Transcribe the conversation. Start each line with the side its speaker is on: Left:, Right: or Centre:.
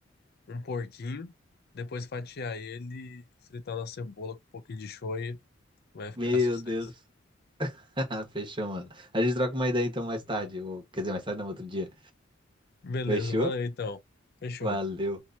Left: um porquinho, depois fatiar ele, fritar na cebola com um pouquinho de show e vai ficar
Right: Meu
Left: sucesso.
Right: Deus. <laughs> Fechou, mano. A gente troca uma ideia então mais tarde. Ou, quer dizer, mais tarde não, outro dia.
Left: Beleza,
Right: Fechou?
Left: valeu então. Fechou.
Right: Valeu.